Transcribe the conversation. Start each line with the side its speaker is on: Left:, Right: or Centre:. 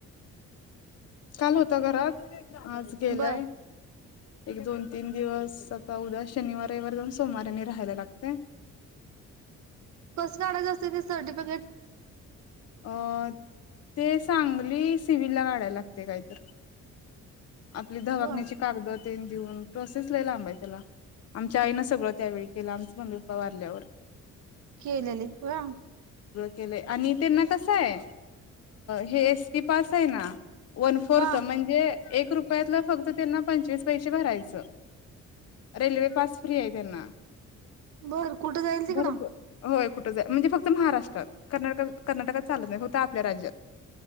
Left: काल होता घरात. आज गेलाय.
Right: बर
Left: एक दोन तीन दिवस आता उद्या शनिवार रविवार जाऊन सोमवार आणि राहायला लागतय.
Right: कस काढयचं असते ते सर्टिफिकेट.
Left: अ ते सांगली सिव्हीलला काढायला लागतय काय तर. आपली दवाखान्याची
Right: हो
Left: कागद तेन देऊन, प्रोसेस लई लांब आहे त्याला. आमच्या आईनं सगळं त्यावेळी केलं. आमच मम्मी पप्पा वारल्यावर.
Right: केलेलीत हो
Left: केलय आणि त्यांना कस आहे हे एसटी पास आहे ना वन फोर्थ
Right: हा
Left: म्हणजे एक रुपयातला फक्त त्यांना पंचवीस पैसे भरायचं. रेल्वे पास फ्री आहे त्यांना.
Right: बर कुठे जाईल तिकड.
Left: भरपूर होय कुठं जाईल म्हणजे फक्त महाराष्ट्रात कर्नाटकात कर्नाटकात चालत नाही. फक्त आपल्या राज्यात.